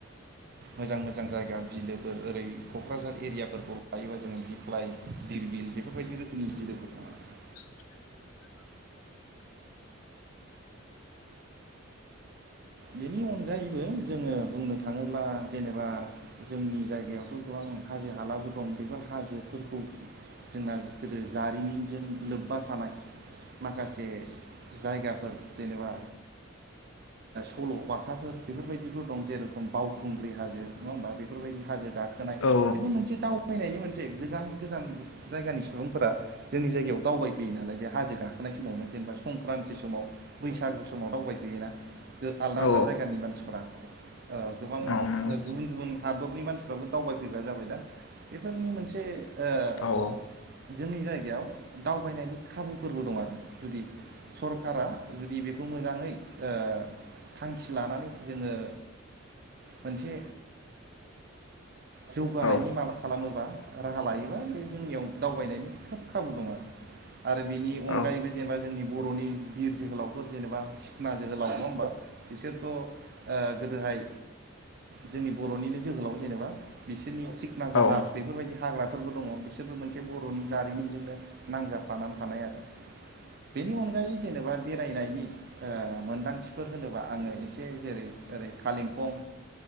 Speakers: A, on the right; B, on the left.
A: मोजां मोजां जायगा बिलोफोर ओरै क'क्राझार एरियाफोरखौ लायोबा जोङो दिप्लाय धिरबिल बेफोरबायदि रोखोमनि बिलोफोर दं आरो
B: <inaudible>
A: बेनि अनगायैबो जोङो बुंनो थाङोब्ला जेनेबा जोंनि जायगायावथ' गोबां हाजो हालाबो दं बेफोर हाजोफोरखौ जोंना गोदो जारिमिनजों लोब्बा थानाय माखासे जायगाफोर जेनेबा ओ सल' बाथाफोर बेफोरबायदिफोर दं जेरेखम बावखुंग्रि हाजो नङा होनबा मबा बेफोरबायदि हाजो गाखोनाय
B: औ
A: बेबो मोनसे दावबायनायनि मोनसे गोजान गोजान जायगानि सुबुंफोरा जोंनि जायगायाव दावबायफैयो। दालाय बे हाजो गाखोनाय समावनो जेनेबा संक्रान्थि समाव बैसागु समाव दावबाय फैयोना आलदा
B: औ
A: आलदा जायगानि मानसिफोरा गोबां
B: औ नंगौ
A: गुबुन गुबुन हादरनि मानसिफ्राबो दावबायफैग्रा जाबाय दा बेफोरनो मोनसे ओ
B: औ औ
A: जोंनि जायगायाव दावबायनायनि खाबुफोरबो दं आरो जुदि सरकारा जुदि बेखौ मोजाङै ओ थांखि लानानै जोङो मोनसे जौगानायनि
B: औ औ
A: माबा खालामोबा राहा लायोबा बे जोंनियाव दावबायनायनि खोब खाबु दं आरो आरो बेनि अनगायैबो
B: औ
A: जेनेबा जोंनि बर'नि बिर जोहोलावफोर जेनेबा सिखना जोहोलाव नङा होमबा बिसोरथ' गोदोहाय जोंनि बर'निनो जोहोलाव जेनेबा बिसोरनि सिखना जाहार
B: औ
A: बेफोरबायदि हाग्राफोरबो दङ बिसोरबो मोनसे बर'नि जारिमिनजोंनो नांजाबफा- फानानै थानाय आरो बेनि अनगायै जेनेबा बेरायनायनि मोनदांथिफोर होनोबा आङो एसे जेरै ओरै कलिम्पं